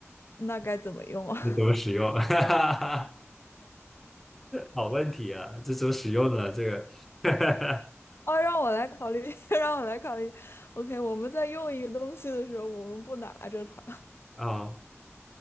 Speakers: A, on the left; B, in the centre.
A: 那该怎么用啊？
B: 那怎么使用？<laughs> 好问题啊，这怎么使用呢？这个 <laughs>
A: 哦，让我来考虑，<laughs> 让我来考虑。OK，我们在用一个东西的时候，我们不拿着它。
B: 啊，